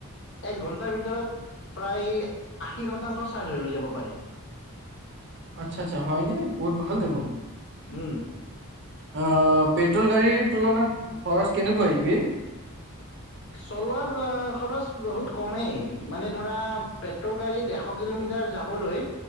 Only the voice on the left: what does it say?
এক ঘণ্টাৰ ভিতৰত প্ৰায় আশী শতাংশ চাৰ্জ হৈ যাব পাৰে।
উম, উম,
চলোৱাৰ খৰচ বহুত কমেই, মানে ধৰা পেট্ৰল গাড়ী এশ কিলোমিটাৰ যাবলৈ,